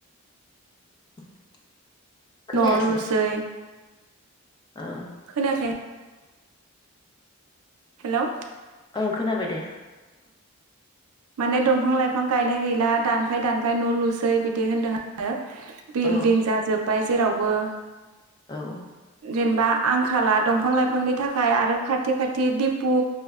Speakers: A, on the left; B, on the right.
A: <inaudible> खोनायासै
B: न' लुसै
A: ओ
B: खोनायाखै हेल'
A: औ खोनाबाय दे
B: माने दंफां लाइफां गायनाय गैला दानफाय दानफाय न' लुसै बिदि होनदों आरोङ बिल्डिं
A: औ
B: जाजोब्बाय जेरावबो
A: औ
B: जेनेबा आंखाला दंफां लाइफांनि थाखाय आरो खाथि खाथि दिपु